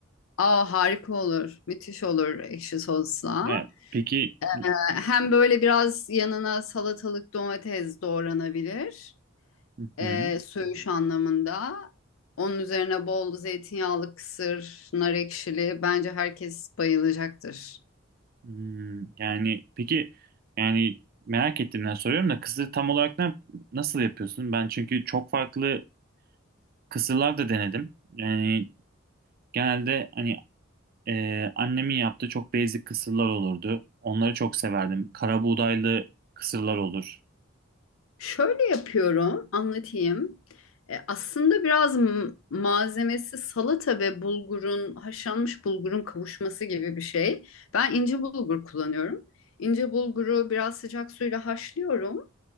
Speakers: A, on the left; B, on the right.
A: Aa harika olur. Müthiş olur ekşi sosla.
B: Yani, peki hı
A: Ee, Hem böyle biraz yanına salatalık domates doğranabilir.
B: hı.
A: Ee, söğüş anlamında. Onun üzerine bol zeytinyağlı kısır, nar ekşili. Bence herkes bayılacaktır.
B: Hmm, yani peki yani merak ettiğimden soruyorum da kısır tam olarak ne, nasıl yapıyorsun? Ben çünkü çok farklı kısırlar da denedim. Yani genelde hani e, annemin yaptığı çok basic kısırlar olurdu. Onları çok severdim. Kara buğdaylı kısırlar olur.
A: Şöyle yapıyorum, anlatayım. E, aslında biraz m- malzemesi salata ve bulgurun, haşlanmış bulgurun kavuşması gibi bir şey. Ben ince bulgur kullanıyorum. İnce bulguru biraz sıcak suyla haşlıyorum.